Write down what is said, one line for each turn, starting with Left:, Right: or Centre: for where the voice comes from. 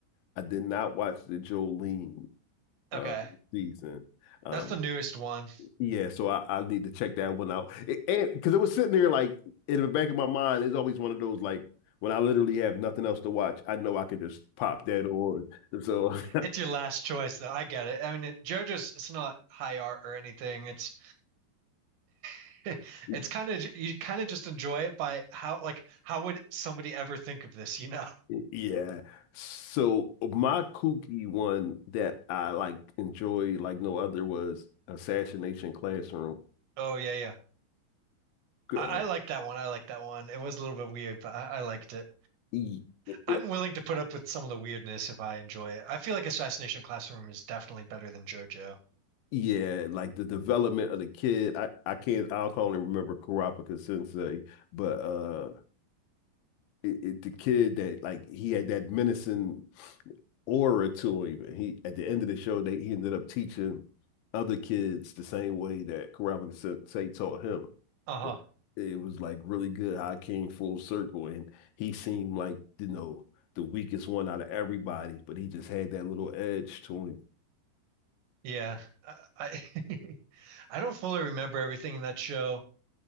Left: I did not watch the Jolene
Right: Okay.
Left: um, season. Um,
Right: That's the newest one.
Left: yeah, so I, I need to check that one out. It- and because it was sitting there like in the back of my mind, it's always one of those like when I literally have nothing else to watch, I know I could just pop that on. So.
Right: It's your last choice though. I get it. I mean, it, JoJo's it's not high art or anything. It's <laughs>
Left: <laughs>
Right: It's kind
Left: <laughs>
Right: of you kind of just enjoy it by how like how would somebody ever think of this, you know? <laughs>
Left: Yeah. So my kooky one that I like enjoy like no other was Assassination Classroom.
Right: Oh yeah, yeah.
Left: Uh,
Right: I, I like that one. I like that one. It was a little bit weird, but I, I liked it.
Left: y- y-
Right: I'm willing to put up with some of the weirdness if I enjoy it. I feel like Assassination Classroom is definitely better than JoJo.
Left: yeah, like the development of the kid. I, I can't I can only remember Kurapika Sensei, but uh it, it, the kid that like he had that menacing orator even. He at the end of the show, they he ended up teaching other kids the same way that Karama Sensei taught him.
Right: Uh-huh.
Left: It was like really good how I came full circle and he seemed like, you know, the weakest one out of everybody, but he just had that little edge to him.
Right: Yeah. I I, <laughs> I don't fully remember everything in that show.